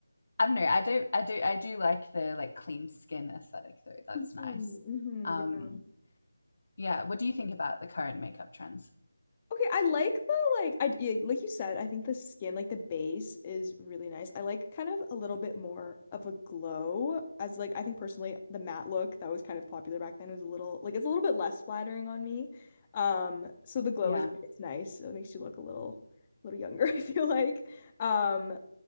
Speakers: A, on the left; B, on the left.
A: I don't know. I do I do I do like the like clean skin aesthetic though. That's
B: hmm
A: nice.
B: hmm
A: Um
B: yeah.
A: yeah, what do you think about the current makeup trends?
B: Okay, I like the like I yeah, like you said, I think the skin, like the base is really nice. I like kind of a little bit more of a glow as like I think personally the matte look that was kind of popular back then was a little like it's a little bit less flattering on me. Um so the glow
A: Yeah.
B: is like, it's nice. It makes you look a little little younger, <laughs> I feel like. Um